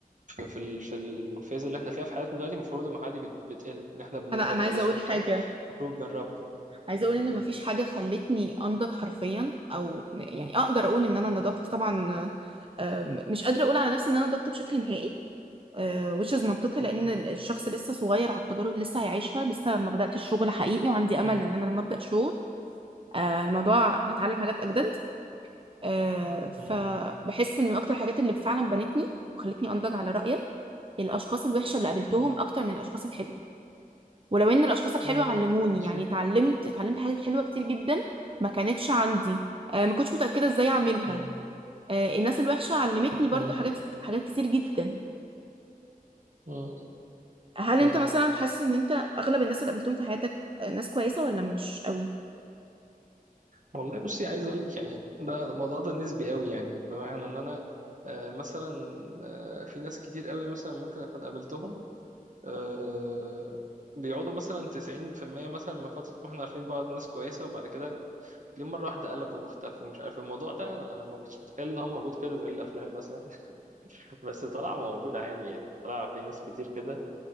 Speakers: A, on the right; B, on the right.
A: في في ال- في الفيز اللي احنا فيها في حياتنا دلوقتي المفروض المرحلة دي بت- بتقل ان احنا بننضج
B: انا انا
A: خلاص
B: عايزة اقول
A: وبتاع
B: حاجة
A: المفروض جربنا
B: عايزه
A: م-
B: اقول ان مفيش حاجه خلتني انضج حرفيا او يعني اقدر اقول ان انا
A: م-
B: نضجت طبعا آه، مش قادره اقول على نفسي ان انا نضجت بشكل نهائي آه، which is منطقي
A: م-
B: لان ال- الشخص لسه صغير على التجارب اللي لسه هيعيشها لسه ما بداتش الشغل حقيقي وعندي امل
A: م-
B: ان انا لما ابدا شغل آه، الموضوع هتعلم حاجات اجدد آه، فبحس
A: م-
B: ان من اكتر الحاجات اللي فعلا بنتني وخلتني انضج على رايك الاشخاص الوحشه اللي قابلتهم
A: م-
B: اكتر من الاشخاص الحلوه ولو ان الاشخاص الحلوه
A: م-
B: علموني
A: م- بالظبط
B: يعني اتعلمت اتعلمت حاجات حلوه كتير جدا ما كانتش عندي آه ما كنتش متاكده ازاي اعملها
A: م-
B: آه الناس الوحشه علمتني برضو
A: م-
B: حاجات حاجات كتير جدا
A: م-
B: هل
A: فاهم
B: انت مثلا حاسس ان انت اغلب الناس اللي قابلتهم في حياتك آه، ناس كويسه ولا مش قوي
A: والله بصي عايز اقول لك يعني ده الموضوع ده نسبي قوي يعني بمعنى ان انا آه، مثلا آه، في ناس كتير قوي مثلا ممكن اكون قابلتهم آه، بيقعدوا مثلا 90% مثلا من فترة ما احنا عارفين بعض ناس كويسة وبعد كده ليه مرة واحدة قلبوا واختفوا مش عارف إيه. الموضوع ده انا ما كنتش متخيل ان هو موجود كده زي الافلام مثلا <laughs> بس طلع موجود عادي يعني طلع في ناس كتير كده